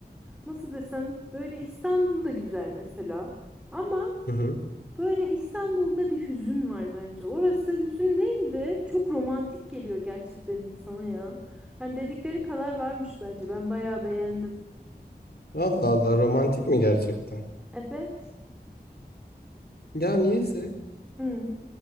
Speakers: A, in the centre; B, on the left (about 70°).
A: nasıl desem böyle İstanbul'da güzel mesela. Ama
B: Hı hı.
A: böyle İstanbul'da bir hüzün var bence. Orası hüzün değil de çok romantik geliyor gerçekten insana ya. Hani dedikleri kadar varmış bence. Ben bayağı beğendim.
B: Allah Allah romantik mi gerçekten?
A: Evet.
B: Ya niyeyse
A: Hı.